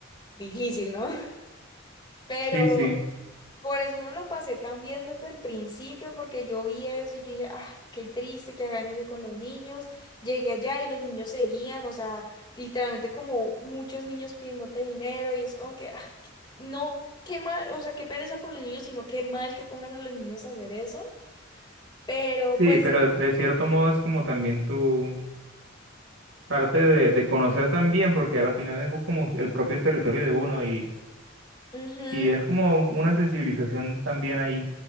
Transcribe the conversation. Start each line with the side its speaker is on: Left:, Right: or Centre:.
Left: difícil, ¿no? <laughs> Pero
Right: Sí, sí,
Left: por eso no lo pasé tan bien desde el principio, porque yo vi eso y yo dije, ah, qué triste que hagan eso con los niños. Llegué allá y los niños seguían, o sea, literalmente como muchos niños pidiéndote dinero y es como que, ah, no, qué mal, o sea, qué pereza por los niños, sino qué mal que pongan a los niños a hacer eso. Pero
Right: sí,
Left: pues,
Right: pero de cierto modo es como también tu parte de, de conocer también, porque a la final es como el propio territorio de uno y,
Left: ujú,
Right: y es como una sensibilización también ahí,